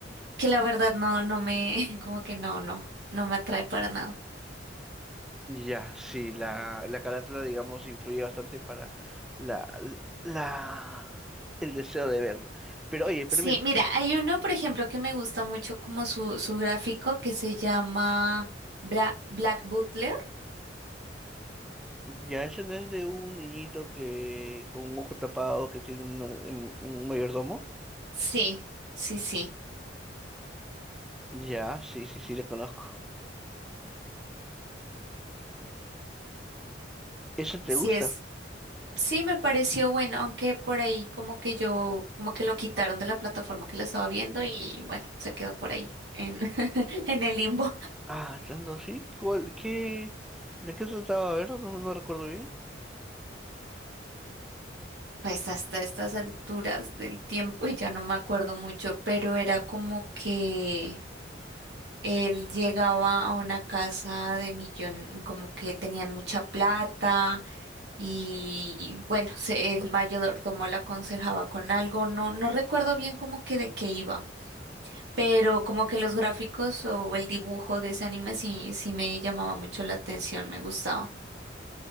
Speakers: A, on the right (about 65°); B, in the centre.
A: que la verdad no, no me, <laughs> como que no, no, no me atrae para nada.
B: Ya, sí, la, la carátula, digamos, influye bastante para la, la, el deseo de verla. Pero oye, pero
A: Sí,
B: mira,
A: mira, hay uno, por ejemplo, que me gusta mucho como su, su gráfico, que se llama Bla- Black Butler.
B: ya eso no es de un niñito que con un ojo tapado que tiene una- em, un mayordomo.
A: Sí, sí, sí.
B: Ya, sí, sí, sí, la conozco. ¿Eso te
A: Sí
B: gusta?
A: es. Sí, me pareció bueno, aunque por ahí como que yo, como que lo quitaron de la plataforma que lo estaba viendo y bueno, se quedó por ahí en, <laughs> en el limbo.
B: Ah, tanto sí. ¿Cuál, qué, de qué trataba? A ver, no, no recuerdo bien.
A: Pues hasta estas alturas del tiempo <laughs> ya no me acuerdo mucho, pero era como que él llegaba a una casa de millón, como que tenían mucha plata y bueno, se- el mayordomo le aconsejaba con algo, no, no recuerdo bien como que de qué iba. pero como que los gráficos o el dibujo de ese anime sí, sí me llamaba mucho la atención, me gustaba. <laughs>